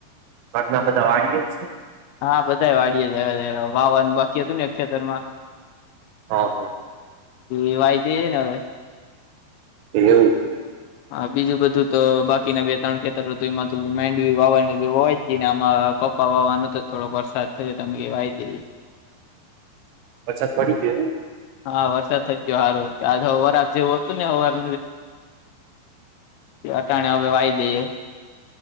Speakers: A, on the right; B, on the left.
A: ઘટના બધા વા એ જ છે.
B: હા, બધા વાડી જ. વાવાનું બાકી હતું ને, ખેતરમાં.
A: હા, હા.
B: એ વાયદ છે ને, હવે.
A: એવું છે.
B: હા, બીજું બધું તો બાકીના બે-ત્રણ ખેતર ઋતુમાં માંડવી વાવવાની હોય જઈને એમાં વાવાનો તો થોડોક વરસાદ થયો તમે કેવાય દે
A: વરસાદ પડી
B: હા, વરસાદ થઈ ગયો સારો. આજે અવાર આપ જેવું હતું ને, અવાર અટાણે હવે વાય દઈએ.